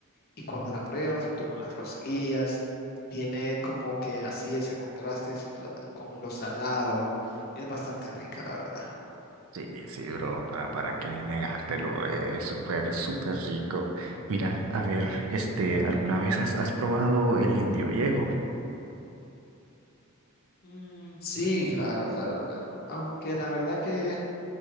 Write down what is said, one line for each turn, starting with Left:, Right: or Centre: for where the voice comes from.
Left: Y cuando la pruebas junto con las rosquillas, tiene como que así ese contraste es lo- con lo salado. Es bastante rica, la verdad.
Right: Sí, sí, bro, para, para qué negártelo, eh, es súper, súper rico. Mira, a ver, este, ¿alguna vez has, has probado el indio viejo?
Left: Mm, sí, claro, claro, claro. Aunque la verdad que